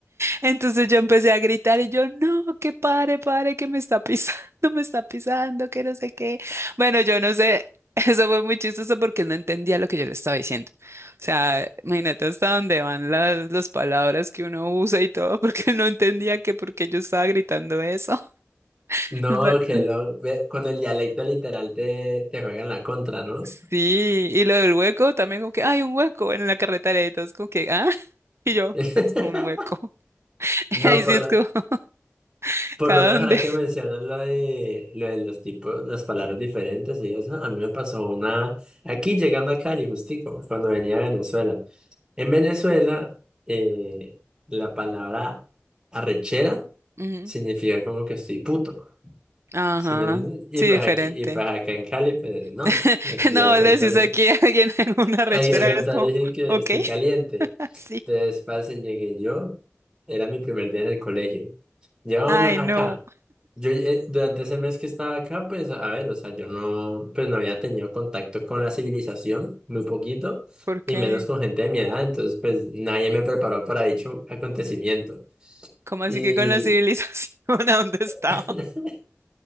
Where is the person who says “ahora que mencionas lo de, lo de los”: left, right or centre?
Right